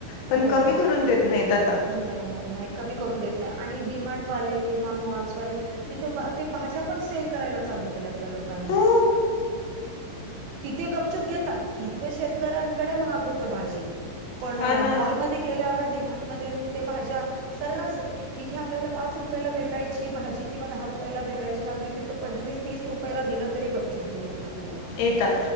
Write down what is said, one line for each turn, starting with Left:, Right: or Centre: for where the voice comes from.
Left: पण
Right: हो
Left: कमी
Right: हो
Left: करून देत नाहीत आता
Right: नाही नाही नाही कमी करून देत नाही आणि डिमार्टवाले किंवा मॉल्सवाले तिथं ते भाज्या पण सेल करायला चालू केल्यात त्या लोकांनी
Left: हो
Right: तिथे गपचुप घेतात इथे शेतकऱ्यांकडे महाग होत भाजी पण
Left: हा ना
Right: मॉलमध्ये गेल्यावर डीमार्ट मध्ये येऊन ते भाज्या सरासरी इथे आपल्याला पाच रुपयाला भेटायची भाजी किंवा दहा रुपयाला भेटायची भाजी तिथं पंचवीस तीस रुपयाला दिलं तरी गपचूप घेऊन येतात लोक
Left: येतात